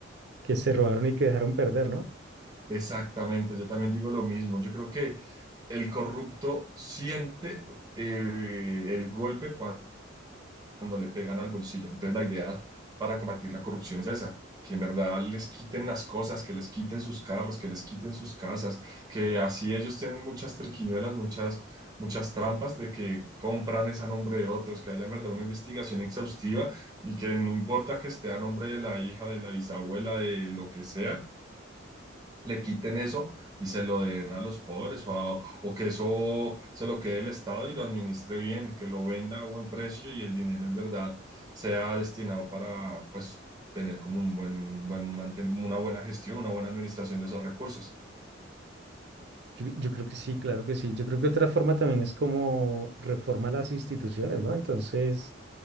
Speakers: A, on the right; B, on the right.
A: que se robaron y que dejaron perder, ¿no?
B: Exactamente, yo también digo lo mismo. Yo creo que el corrupto siente eh, el golpe cuando cuando le pegan al bolsillo. Entonces la idea para combatir la corrupción es esa, que en verdad les quiten las cosas, que les quiten sus carros, que les quiten sus casas, que así ellos tienen muchas triquiñuelas, muchas, muchas trampas de que compran es a nombre de otros, que haya en verdad una investigación exhaustiva y que no importa que esté a nombre de la hija, de la bisabuela, de lo que sea, le quiten eso y se lo den a los pobres o, a- o que eso se lo quede el Estado y lo administre bien, que lo venda a buen precio y el dinero en verdad sea destinado para pues tener como un buen, buen manten- una buena gestión, una buena administración de esos recursos.
A: Yo, yo creo que sí, claro que sí. Yo creo que otra forma también es como reforma las instituciones, ¿no? Entonces,